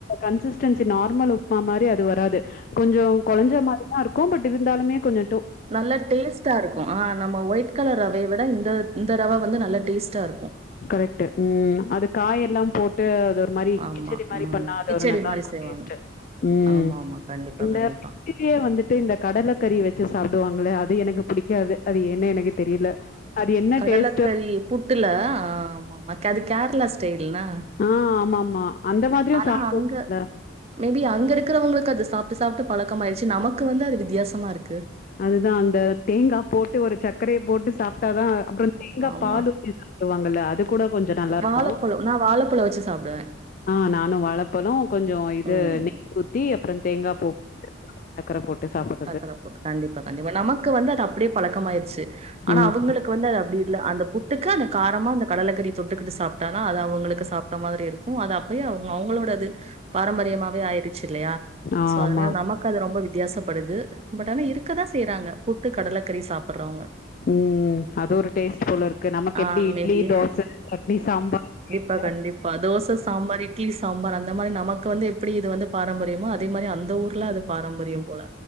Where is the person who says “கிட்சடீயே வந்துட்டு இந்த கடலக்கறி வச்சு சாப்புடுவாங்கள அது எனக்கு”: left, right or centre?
Left